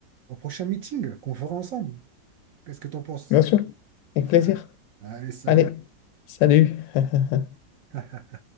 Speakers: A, on the right; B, on the left.
A: au prochain meeting qu'on fera ensemble. Qu'est-ce que t'en penses?
B: Bien sûr, avec
A: Ah,
B: plaisir.
A: allez, salut.
B: Allez, salut. <laughs>
A: <laughs>